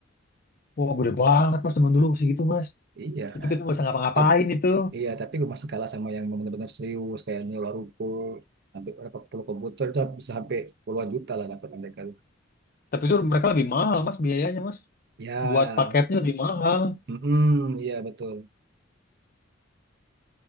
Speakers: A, on the left; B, on the right.
A: Wah, gede banget mas teman dulu segitu mas.
B: Iya,
A: Itu kita nggak bisa ngapa-ngapain
B: tapi
A: itu.
B: iya tapi gue masih kalah sama yang benar-benar serius kayak nyewa ruko sampai berapa puluh komputer itu bisa sampai puluhan juta lah dapat mereka.
A: Tapi itu mereka lebih mahal mas biayanya mas.
B: Ya,
A: Buat paketnya lebih mahal.
B: mm iya betul.